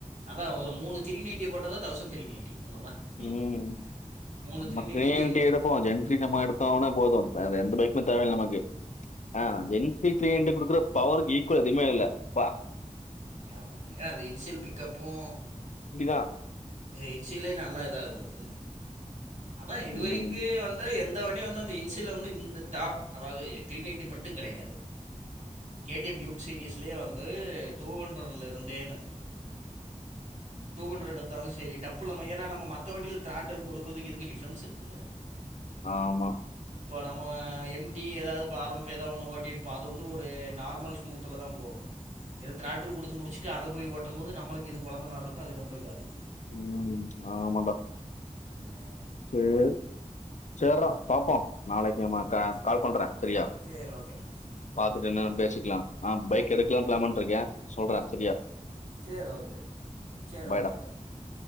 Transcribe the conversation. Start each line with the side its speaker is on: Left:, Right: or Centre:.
Right: அதா.. ஒரு மூணு த்ரிநைன்ட்டி போடதான் தவுசண்த்ரி நைன்ட்டி அவ்வளோதான்
Left: ஹம்
Right: ம். மூணு
Left: நம்ம
Right: த்ரீ நைன்ட்டிக்கு
Left: த்ரின்ட்டி
Right: இது
Left: எடுப்போம் அத என்ட்ரி நம்ம எடுத்த உன போதும் எந்த பை தேவையில நமக்கு அ.. என்டி த்ரிநைன்ட்டி குடுக்குற பவருக்கு ஈக்குவல எதுமே இல்ல பா
Right: ஆமாமா ஏன அத இன்சில் பிக்கப்பும்
Left: தான்.
Right: இன்சிலே நல்லா இதா மொதல்ல அதா இதுவரிக்கு
Left: ம்.
Right: வந்த எந்த இந்த வண்டி வந்து அந்த இன்சில்ல வந்து இந்த டாப் அதாது த்ரீ நைன்டின் மட்டுன் கிடையாது கேடிஎம் டியுக் சீரிீஸ்லயே வந்து டூ ஹண்ட்ரட்லரிந்தேனு டூ ஹண்ட்ரடெடுத்தாலும் செரி டப்பு நம ஏன்னா நம்ம மத்த வண்டில திராடல் கொடுக்கறதுக்கு இதுக்கு டிஃப்ரன்ஸ் இருக்குல்ல
Left: ஆமா
Right: இப்போ நம்ம எம்டி ஏதாவது பா ஆர் ஓன் ஃப தா ஏதாது ஒன்னு ஓட்டிருப்போ அது வந்து ஒரு நார்மல் ஸ்மூத்துல தா போகும் இத திராட்டல் குடுத்து முடிச்சுட்டு அத போய் ஓட்டம்பேது நமளுக்கு இது கொழந்த மாரிருக்கோ அது ரொம்ப இதாருக்கோ
Left: ம்.. ஆமா ட..
Right: ம்..
Left: செரி.. சேரா பாப்போம் நாளைக்கு நம
Right: ம்
Left: கா..
Right: சே
Left: கால் பண்றே செரியா
Right: சரி ஓகேடா ம்
Left: பாத்துட்டு என்னனு
Right: ஓகே
Left: பேசிக்கலாம் அ.. பைக் எடுக்கலா பிளான் பன்ட்ருக்கேன் சொல்றேன் செரியா.
Right: செரி ஓகே டா.. செரி
Left: பாய்டா.
Right: ஓகே பாய் ம்..